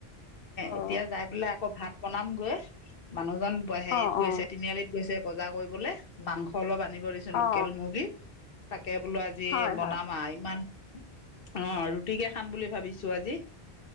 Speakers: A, on the left (about 75°); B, on the left (about 60°).
A: অ
B: এতিয়া যাই পেলাই আকৌ ভাত বনামগৈ, মানুহজন হেৰিত
A: অ অ
B: গৈছে তিনিআলিত গৈছে। বজাৰ কৰিবলৈ মাংস অলপ আনিব দিছোঁ, লোকেল
A: অ
B: মুৰ্গী তাকে বোলো অ' আজি
A: হয়
B: বনাম
A: হয়
B: আ' ইমান অ', ৰুটিকে খাম বুলি ভাবিছো আজি।